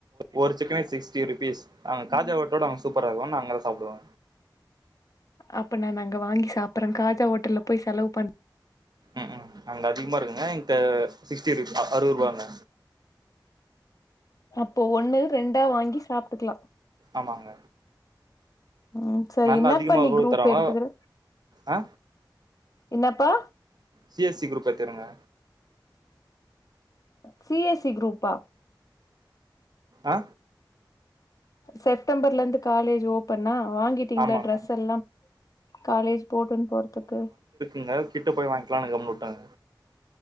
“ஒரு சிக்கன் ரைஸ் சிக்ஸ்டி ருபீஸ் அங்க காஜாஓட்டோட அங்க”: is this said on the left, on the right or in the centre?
Right